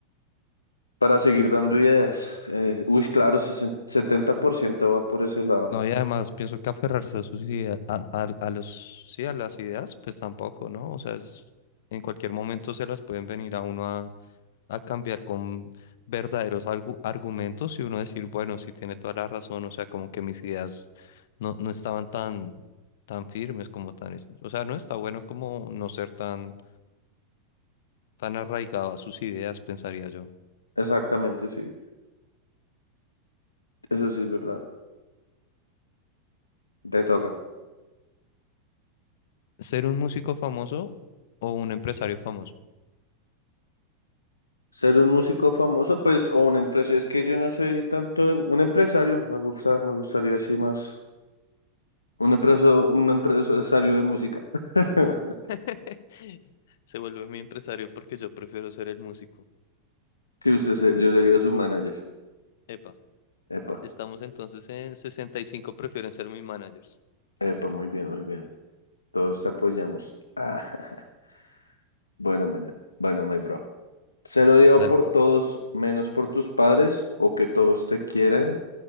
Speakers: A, on the left (about 85°); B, on the left (about 60°).
A: Para seguir dando ideas. Eh, uy, claro, sesen- setenta por ciento va por ese lado.
B: No, y además pienso que aferrarse a sus ideas, a, a- a los, sí, a las ideas, pues tampoco, ¿no? O sea, es- en cualquier momento se las pueden venir a uno a, a cambiar con verdaderos argu- argumentos y uno decir, bueno, sí tiene toda la razón, o sea, como que mis ideas no, no estaban tan, tan firmes como tan, es- o sea, no está bueno como no ser tan, tan arraigado a sus ideas, pensaría yo.
A: Exactamente, sí. Eso sí es verdad. Te toca.
B: ¿Ser un músico famoso o un empresario famoso?
A: Ser un músico famoso, pues, o un empresario. Es que yo no soy tanto de- un empresario. Me gusta, me gustaría así más. Un empreso, un empresario de música. <laughs>
B: <laughs> Se vuelve mi empresario porque yo prefiero ser el músico.
A: Sí, usted se- yo sería su manager.
B: Epa,
A: Epa,
B: estamos entonces en 65 prefieren ser mis managers.
A: epa, muy bien, muy bien. Todos apoyamos. Ah, <laughs> bueno, man, bueno, my bro. Ser odiado
B: Dale.
A: por todos menos por tus padres o que todos te quieran